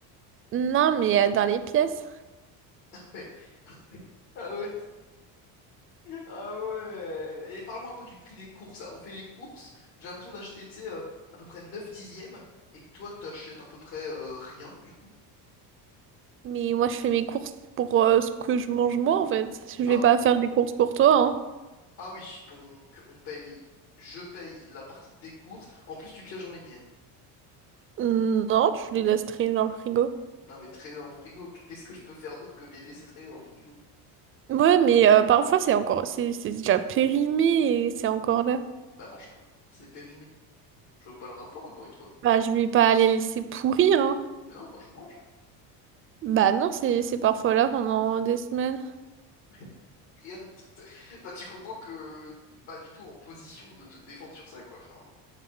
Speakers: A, on the right (about 30°); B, on the left (about 75°).
A: Non, mais euh, dans les pièces.
B: <laughs> Ouais. Ah ouais. Ah ouais. Et parle-moi un peu du prix des courses. On fait les courses. J'ai l'impression d'acheter, tu sais, euh, à peu près 9 dixièmes et que toi, t'achètes à peu près euh, rien, du coup.
A: Mais moi, je fais mes courses pour euh, ce que je mange moi, en fait. Je
B: Ah,
A: vais pas faire des courses pour toi, hein.
B: ah oui. Donc, on paye, je paye la partie de tes courses. En plus, tu pièges dans les miennes.
A: Non, tu les laisses traîner dans le frigo.
B: Non, mais traîner dans le frigo. Qu'est-ce que je peux faire d'autre que les laisser traîner dans le frigo?
A: Ouais, mais euh, parfois, c'est encore... C'est c'est déjà périmé et c'est encore là.
B: Bah, mange pas. C'est périmé. Je vois pas le rapport, encore une fois.
A: Bah, je vais pas les laisser pourrir, hein.
B: Mais non, moi, je mange.
A: Bah non, c'est c'est parfois là pendant des semaines.
B: <laughs> Mais Rien ne te- te- Enfin, tu comprends que t'es pas du tout en position de te défendre sur ça, quoi. Enfin.